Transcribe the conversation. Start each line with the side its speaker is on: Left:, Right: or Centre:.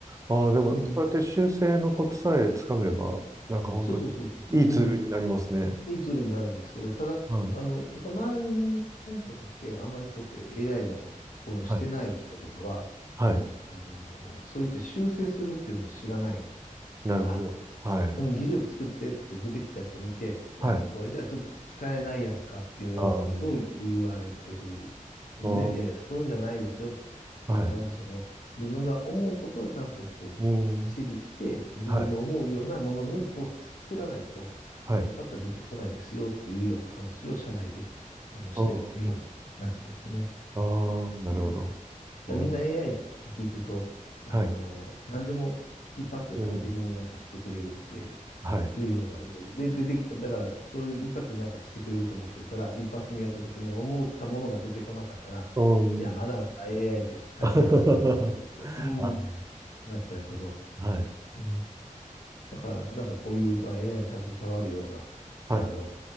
Right: ああ、でも、
Left: うん。
Right: そうやって修正のコツさえつかめば、なんか本当にいいツールになりますね。
Left: そうそうそうそうそう。うん。いいツールになるんですけど、ただ、
Right: はい。
Left: あの、やっぱ周りの人間とかって、あんまりこうやって AI のこういうのしてない人とかは、
Right: はい。はい。
Left: もう、あの、そう言って修正するっていうのを知らない
Right: なるほど。
Left: から、
Right: はい。
Left: うん、議事録作ってって出てきたやつを見て、<laughs>
Right: はい。
Left: これじゃちょっと使えないやんかっていうようなことを言われてる
Right: あの、あー、
Left: んで、いやいや、そういうんじゃないですよって、
Right: はい。
Left: うんちゃんとその自分が思うことをちゃんとこう指示して、
Right: うん。
Left: 自分の思うようなものを作らないと、
Right: はい。はい。
Left: その一発は出てこないですよっていうような話を社内であのしてるような感じですね。
Right: あーあー、なるほど。
Left: うんだか
Right: うん
Left: らみんな AI って聞くと、あの、
Right: はい。
Left: 何でも一発で完璧になんかしてくれるって
Right: うん。はい。
Left: いうようなイメージ。で、で、で、だからそういう一発でなんかしてくれると思ってるから、一発目やった時に思ったものが出てこなかったら、
Right: うん。
Left: いや、まだまだ AI って使えないね、
Right: <laughs>
Left: みたいな、うん、
Right: あ、
Left: なっちゃうけど、
Right: はい、
Left: うん。だから、なんかこういう、まあ、AI に携わるような、
Right: はい、
Left: あの、